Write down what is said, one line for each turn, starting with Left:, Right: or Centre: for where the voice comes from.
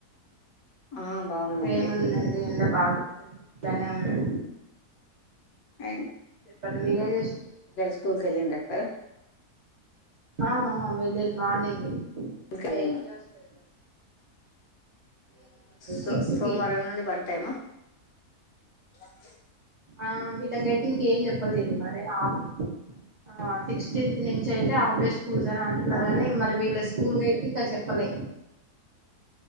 Left: ఆ బాగుందండి
Right: ఏముందండి ఎండ బాగా ఇంట్లోనే ఉన్నాం
Left: అం
Right: చెప్పండి మీరేం చేస్తున్నారు
Left: స్కూల్ కి ఎల్లుండి రా
Right: ఆ వెళ్ళిల్ మార్నింగ్ ఏ
Left: ఇంకాదేమో
Right: ఎయిట్ కే వస్తుంది బస్సు
Left: సో
Right: సిక్స్
Left: సోమవారం
Right: కి
Left: నుండి వన్ టైమా అ <inaudible>
Right: ఆ వీళ్ళకైతే ఇంక ఏం చెప్పలేదు మరి ఆ సిక్స్టీన్త్ నుంచి అయితే ఆ స్కూల్స్ అని అంటున్నారు
Left: అవునా
Right: కానీ మరి వీళ్ళ స్కూల్ క అయితే ఇంకా చెప్పలే